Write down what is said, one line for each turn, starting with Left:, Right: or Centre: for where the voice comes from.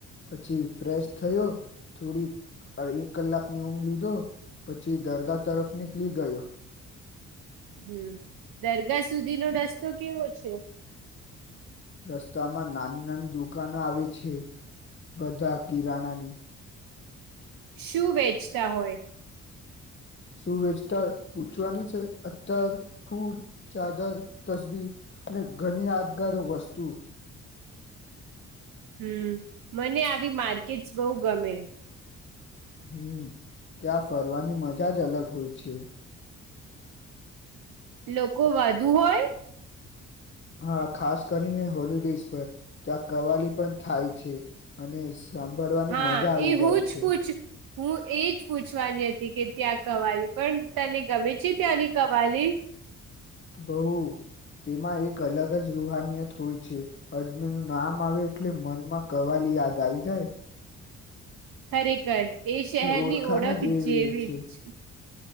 Left: પછી ફ્રેશ થયો થોડી અ એક કલાકની ઊંઘ લીધો પછી દરગાહ તરફ નીકળી ગયો
Right: હમ દરગાહ સુધીનોો રસ્તો કેવો છે
Left: રસ્તામાં નાની નાની દુકાનો આવે છે બધા કિરાણાની
Right: શું વેચતા હોય
Left: સુું વેચતા હોય પૂછવાની છે અતર ફૂલ ચાદર તસબી અને ઘણી યાદગાર વસ્તુ
Right: હમ મને આવી માર્કેટસ બહુ ગમે
Left: હમ ત્યાં ફરવાની મજા જ અલગ હોય છે
Right: લોકો વધુ હોય
Left: હા ખાસ કરીને હોલિડેઝ પર ત્યાં કવાલી પણ થાય છે અને સાંભડવાની
Right: હા
Left: મજા આવી
Right: એ હું
Left: જાય
Right: જ
Left: છે
Right: પૂછ હું એજ પૂછવાની હતી કે ત્યાં કવાલી પણ તને ગમે છે ત્યાંની કવાલી
Left: બહુ તેમાં એક અલગ જ રૂહાનિયત હોય છે અજમીરનું નામ આવે એટલે મનમાં કવાલી યાદ આવી જાય
Right: ખરેખર એ શહેરની
Left: ઓળખાણ
Right: ઓળખ
Left: જ એવી
Right: જેવી
Left: છે
Right: જ